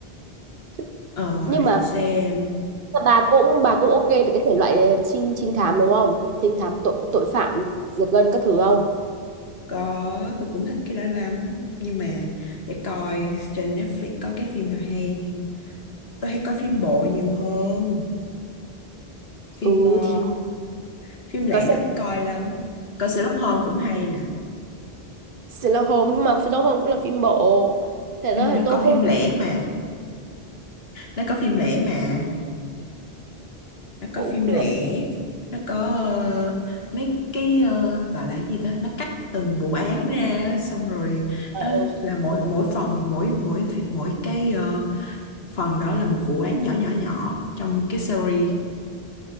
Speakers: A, on the right; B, on the left.
A: Thế-
B: ờ
A: nhưng
B: để
A: mà
B: xem
A: bà cũng bà cũng ok về cái thể loại ờ, trinh trinh thám đúng không trinh thám tội tội phạm giật gân các thứ không
B: có tôi cũng thích cái đó lắm nhưng mà để coi trên Netflix có cái phim nào hay thì tôi hay coi phim bộ nhiều hơn phim
A: ừ
B: ờ,
A: thì
B: phim lẻ
A: có xem
B: ít coi lắm coi Sherlock Holmes cũng hay nè
A: Sherlock Holmes nhưng mà Sherlock Holmes cũng là phim bộ thế
B: nhưng
A: ra
B: mà
A: thì
B: nó
A: tôi
B: có phim
A: không
B: lẻ mà nó có phim lẻ mà nó
A: cũng
B: có phim lẻ
A: được
B: nó có ờ, mấy cái ờ, gọi là cái gì ta nó cắt từng vụ án ra á, xong rồi
A: Ờ,
B: nó
A: ừ.
B: là mỗi mỗi phần mỗi mỗi phi- mỗi cái ờ, phần đó là một vụ án nhỏ nhỏ nhỏ trong cái series